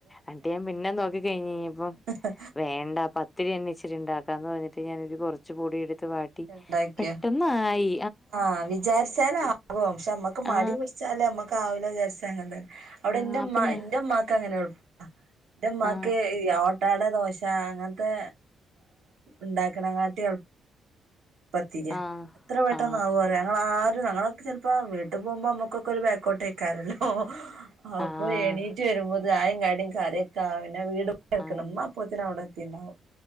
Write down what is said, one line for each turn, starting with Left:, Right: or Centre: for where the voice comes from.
Left: അന്ന്ട്ട് ഞാൻ പിന്നെ നോക്കി കഴിഞ്ഞ്ഴിഞ്ഞപ്പോ
Right: ഹ് ഹ്
Left: വേണ്ട പത്തിരിന്നെ ഇച്ചിരി ഇണ്ടാക്കാന്ന് പറഞ്ഞിട്ട് ഞാനൊര് കൊറച്ച് പൊടി എട്ത്ത് വാട്ടി
Right: ഉണ്ടാക്കിയ
Left: പെട്ടെ ന്നായി
Right: ആഹ് വിചാരിച്ചാലാകും ക്ഷേ നമ്മക്ക് മടി
Left: ആ
Right: പിടിച്ചാല്മ്മ ക്കാവൂല വിചാരിച്ചാ അങ്ങനെതന്നെ അവ്ടെ
Left: ആ
Right: ഇന്റെ ഇമ്മാ
Left: അപ്പൊ ഞാ
Right: ഇന്റെ ഇമ്മാക്ക് അങ്ങനെ എള്പ്പാ ഇന്റെ ഇമ്മാക്ക്
Left: ആ
Right: ഈ ഓട്ടാടാ ദോശ് ശാ അങ്ങനത്തെ ഇണ്ടാക്ക്ണെക്കാട്ടി എള് പത്തിര്യാ
Left: ആ
Right: എത്ര പെട്ടന്നാവുറ്യോ
Left: ആ
Right: ഞങ്ങളാരും ഞങ്ങളൊക്കെലപ്പോ വീട്ട് പോവുമ്പോ നമ്മക്കൊക്കെര് ബേക്കോട്ടേക്കാരല്ലോ അപ്പോ
Left: ആ ആ
Right: എണീറ്റ് വരുമ്പോത്ത്ന് ചായിം കടിം കറിയൊക്കാവു പിന്നെ വീട് <unintelligible>
Left: ആ
Right: ഇമ്മപ്പോ ത്തിന് അവിടെത്തിണ്ടാവും